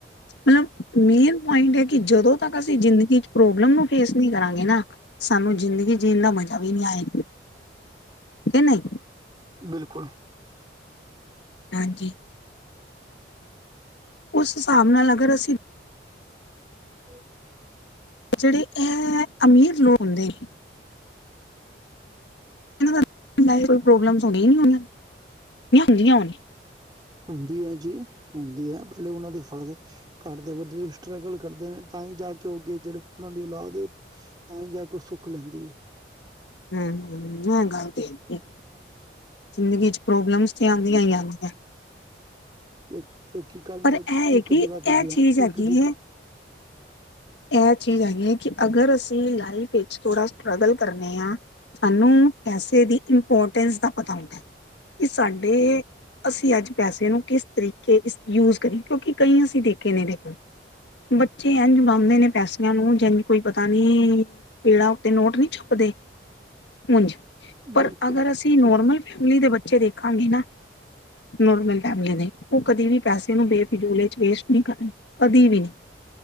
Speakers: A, on the left; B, on the right.
A: ਮਤਲਬ ਮੇਨ ਪੁਆਇੰਟ ਏ ਕਿ ਜਦੋਂ ਤੱਕ ਅਸੀਂ ਜ਼ਿੰਦਗੀ 'ਚ ਪ੍ਰੋਬਲਮ ਨੂੰ ਫੇਸ ਨੀ ਕਰਾਂਗੇ ਨਾ। ਸਾਨੂੰ ਜ਼ਿੰਦਗੀ ਜੀਣ ਦਾ‌ ਮਜ਼ਾ ਵੀ ਨੀ ਆਏ, ਕੇ ਨਈ।
B: ਬਿਲਕੁਲ।
A: ਹਾਂਜੀ। ਉਸ ਹਿਸਾਬ ਨਾਲ ਅਗਰ ਅਸੀਂ।
B: ਹੂੰ
A: ਜਿਹੜੇ ਇਹ ਅਮੀਰ ਲੋਕ ਹੁੰਦੇ ਨੇ। ਇਨ੍ਹਾ ਦਾ ਲਾਇਫ ਪ੍ਰੋਬਲਮ ਹੁੰਦੀਆ ਨੀ ਹੋਣੀਆਂ, ਜਾ ਹੁੰਦੀਆ ਹੋਣੀਆਂ।
B: ਹੁੰਦੀ ਹੈ ਜੀ ਹੁੰਦੀ ਹੈ ਪਹਿਲੇ ਉਹਨਾਂ ਦੇ ਫਾਦਰ। ਘਰ ਦੇ ਵਡੇੱ ਸਟਰਗਲ ਕਰਦੇ ਨੇ ਤਾਂ ਹੀ ਜਾ ਕੇ ਅਗੇ ਜਿਹੜੇ ਉਹਨਾ ਦੀ ਔਲਾਦ ਏ। ਤਾਂ ਹੀ ਜਾ ਕੇ ਸੁੱਖ ਲੈਂਦੀ ਹੈ।
A: ਹਮ ਹ ਗੱਲ ਤੇ ਹੈਇਏ ਜਿੰਦਗੀ ਚ ਪ੍ਰੋਬਲਮ ਤੇ ਆਉਂਦੀਆਂ ਆਂਦੀਆਂ।
B: ਕਿ ਕਿਉਂਕਿ ਕੱਲ
A: ਪਰ
B: ਮੈਂ
A: ਇਹ ਹੈ
B: ਇੱਕ
A: ਕਿ
B: ਜਗ੍ਹਾ
A: ਇਹ
B: ਤੇ ਗਿਆ
A: ਚੀਜ਼ ਹੈਗੀ
B: ਇੱਕ ਜ।
A: ਹੈ ਇਹ ਚੀਜ਼ ਹੈਗੀ ਹੈ ਕਿ ਅਗਰ ਅਸੀਂ ਲਾਈਫ ਵਿੱਚ ਥੋੜ੍ਹਾ ਸਟਰਗਲ ਕਰਨੇ ਹਾਂ ਸਾਨੂੰ। ਪੈਸੇ ਦੀ ਇੰਪੋਰਟੈਂਸ ਦਾ ਪਤਾ ਹੁੰਦਾ ਹੈ ਕਿ ਸਾਡੇ। ਅਸੀਂ ਅੱਜ ਪੈਸੇ ਨੂੰ ਕਿਸ ਤਰੀਕੇ ਯੂਜ ਕਰੀਏ ਕਿਉਂਕਿ ਕਈ ਅਸੀਂ ਦੇਖੇ ਨੇ ਦੇਖੋ। ਬੱਚੇ ਇਜ ਮਾਂ। ਚਾਹੁੰਦੇ ਨੇ ਪੈਸਿਆਂ ਨੂੰ ਜਿੱਦਾਂ ਕੋਈ ਪਤਾ ਨੀ ਪੇੜਾਂ ਉੱਤੇ ਨੋਟ ਨਹੀਂ ਛੁਪਦੇ। ਉਝ ਪਰ
B: ਬਿਲਕੁਲ
A: ਅਗਰ ਅਸੀਂ ਨੋਰਮਲ
B: ਬਿਲਕੁਲ
A: ਫੈਮਿਲੀ ਦੇ ਬੱਚੇ ਦੇਖਾਂਗੇ ਨਾ। ਨੋਰਮਲ ਫੈਮਲੀ ਦੇ ਉਹ ਕਦੀ ਵੀ ਪੈਸੇ ਨੂੰ ਬੇਫਿਜੁਲ 'ਚ ਵੇਸਟ ਨਹੀਂ ਕਰਨ, ਕਦੀ ਵੀ ਨਹੀ।